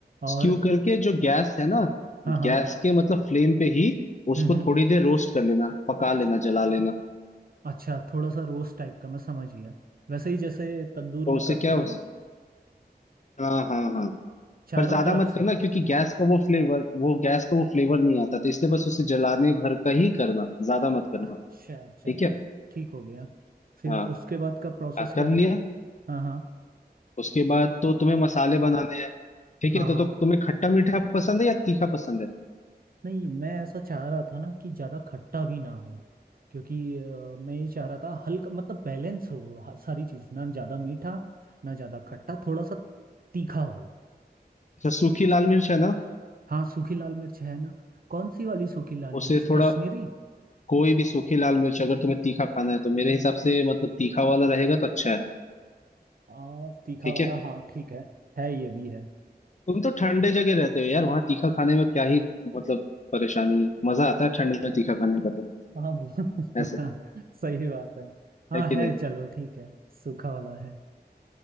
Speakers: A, on the right; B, on the left.
A: और
B: स्क्यू करके जो गैस है ना
A: हाँ हाँ
B: गैस के मतलब फ्लेम पे ही उसको
A: हम्म हम्म
B: थोड़ी देर रोस्ट कर लेना पका लेना जला लेना
A: अच्छा थोड़ा सा रोस्ट टाइप का मैं समझ गया वैसे ही जैसे तंदूर
B: तो
A: में
B: उससे
A: करते
B: क्या
A: हैं
B: हो
A: ना
B: हाँ हाँ हाँ
A: चारों
B: पर ज्यादा
A: तरफ
B: मत
A: से
B: करना क्योंकि गैस का वो फ्लेवर वो गैस का वो फ्लेवर नहीं आता तो इसलिए बस उसे जलाने भर का ही करना ज्यादा मत करना
A: अच्छा अच्छा
B: ठीक
A: अच्छा
B: है
A: ठीक हो गया फिर
B: हाँ
A: उसके बाद का प्रोसेस
B: हाँ, कर
A: क्या रहेगा
B: लिया
A: हाँ हाँ
B: उसके बाद तो तुम्हें मसाले बनाने हैं ठीक
A: हाँ
B: है तो,
A: हाँ
B: तो तुम्हें खट्टा मीठा पसंद है या तीखा पसंद है
A: नहीं मैं ऐसा चाह रहा था ना कि ज़्यादा खट्टा भी ना हो क्योंकि अ, मैं ये चाह रहा था हल्का मतलब बैलेंस हो ह- सारी चीज़ ना ज़्यादा मीठा ना ज़्यादा खट्टा थोड़ा सा तीखा हो
B: अच्छा सूखी लाल मिर्च है ना
A: हाँ सूखी लाल मिर्च है ना कौन सी वाली सूखी लाल
B: उसे
A: मिर्च
B: थोड़ा
A: कश्मीरी
B: कोई भी सूखी लाल मिर्च अगर तुम्हें तीखा खाना है तो मेरे हिसाब से मतलब तीखा वाला रहेगा तो अच्छा है
A: आ, तीखा
B: ठीक
A: वाला
B: है
A: हाँ ठीक है है ये भी है
B: तुम तो ठंडे जगह रहते हो यार वहाँ तीखा खाने में क्या ही मतलब परेशानी है मजा आता है ठंड में तीखा खाने का तो
A: हाँ <laughs>
B: ऐसे
A: सही बात है हाँ
B: है कि
A: है
B: नहीं
A: चलो ठीक है सूखा वाला है